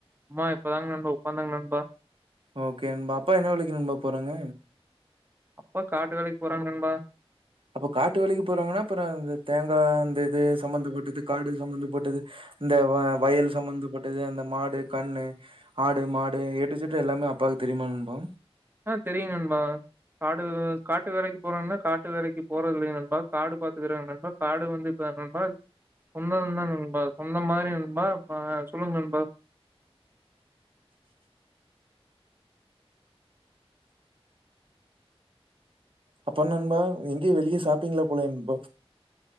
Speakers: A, on the right (about 20°); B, on the right (about 55°).
A: அம்மா இப்பதாங்க நண்பா உக்காந்தாங்க நண்பா
B: ஓகே நண்பா அப்பா என்ன வேலைக்கு நண்பா போறாங்க
A: அப்பா காட்டு வேலைக்கி போறாங்க நண்பா
B: அப்போ காட்டு வேலக்கி போறாங்கன்னா அப்பறொ இந்த தேங்கா அந்த இது சம்மந்தப்பட்டது காடு சம்மந்தப்பட்டது இந்த வ வயல் சம்மந்தப்பட்டது அந்த மாடு கண்ணு ஆடு மாடு ஏ டு இஜெட் எல்லாமே அப்பாக்கு தெரியுமா நண்பா
A: ம் தெரியு நண்பா காடு காட்டு வேலைக்கு போறாங்கனா காட்டு வேலைக்கு போறதில்லைங் நண்பா காடு பாத்துக்குறீங்க நண்பா காடு வந்து இப்ப நண்பா சொந்தொந்தா நண்பா சொந்தம் மாரி நண்பா பா சொல்லுங்க நண்பா
B: அப்போ நண்பா எங்கியு வெளிய சாப்பிங்ளா போலயாண்பா